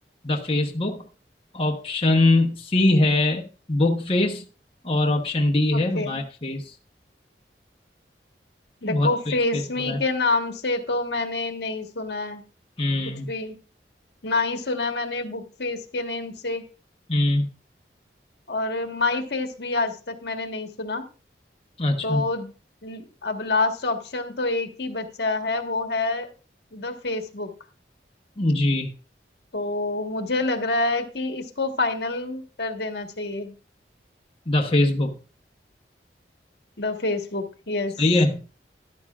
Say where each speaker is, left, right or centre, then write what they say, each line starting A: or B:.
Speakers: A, on the left; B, on the left.
A: द फेसबुक ऑप्शन सी है बुक फेस और ऑप्शन डी
B: ओके
A: है माय फेस बहुत
B: देखो
A: फेस
B: फेस
A: फेस
B: मी
A: हो रहा है
B: के नाम से तो मैंने नहीं सुना है
A: हम्म
B: कुछ भी ना ही सुना है मैंने बुक फेस के नेम से
A: हम्म
B: और माई फेस भी आज तक मैंने नहीं सुना
A: अच्छा
B: तो ल- अब लास्ट ऑप्शन तो एक ही बचा है वो है द फेसबुक
A: जी
B: तो मुझे लग रहा है कि इसको फाइनल कर देना चाहिए
A: द फेसबुक
B: The Facebook yes
A: सही है